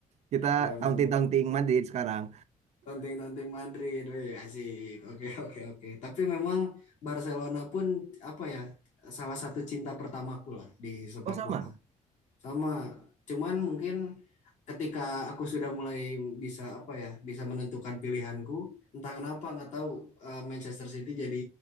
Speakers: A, on the right; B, on the left.
A: Kita
B: Lemon
A: taunting-taunting Madrid sekarang.
B: Tanding-tanding Madrid, weh, asik. Oke, oke, oke. Tapi memang Barcelona pun apa ya, salah satu cinta pertamaku lah di sepak
A: Oh sama.
B: bola. Sama, cuman mungkin ketika aku sudah mulai bisa apa ya, bisa menentukan pilihanku, entah kenapa nggak tahu eh, Manchester City jadi